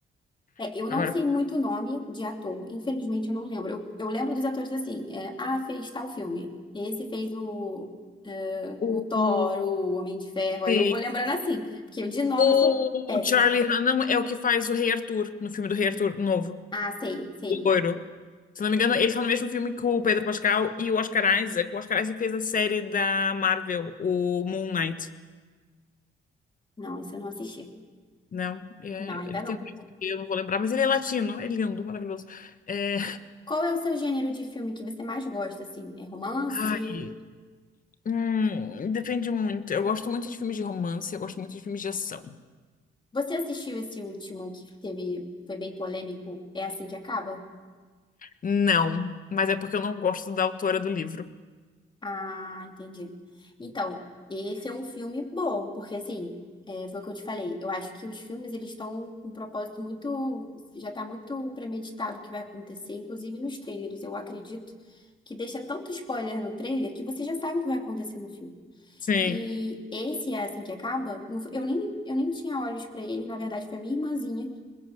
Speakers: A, on the left (about 45°); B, on the left (about 25°).
A: <laughs>
B: É, eu não
A: Agora,
B: sei muito nome de ator, infelizmente eu não lembro. Eu, eu lembro dos atores assim, é, ah, fez tal filme. Esse fez o,
A: o,
B: o Thor,
A: o-
B: o Homem de Ferro. Aí
A: sim.
B: eu vou lembrando assim, porque de nome
A: O
B: eu sou péssima.
A: Charlie Hunnam é o que faz o Rei Arthur, no filme do Rei Arthur novo,
B: Ah, sei, sei.
A: o loiro. Se eu não me engano, ele tá no mesmo filme que o Pedro Pascal e o Oscar Isaac. O Oscar Isaac fez a série da Marvel, o Moon Knight.
B: Não, esse eu não assisti.
A: Não, é,
B: Não, ainda
A: ele
B: não.
A: tem um nome que eu não vou lembrar, mas ele é latino, é lindo, maravilhoso. É,
B: Qual é o seu gênero de filme que você mais gosta, assim? É romance?
A: ai, hum, depende muito. Eu gosto muito de filmes de romance, eu gosto muito de filmes de ação.
B: Você assistiu esse último que teve, foi bem polêmico? É assim que acaba?
A: Não, mas é porque eu não gosto da autora do livro.
B: Ah, entendi. Então, esse é um filme bom, porque assim, é, foi o que eu te falei. Eu acho que os filmes eles estão com um propósito muito, já tá muito premeditado o que vai acontecer, inclusive nos trailers. Eu acredito que deixa tanto spoiler no trailer que você já sabe o que vai acontecer no filme.
A: Sim.
B: E esse é assim que acaba. não foi- Eu nem, eu nem tinha olhos pra ele, na verdade foi a minha irmãzinha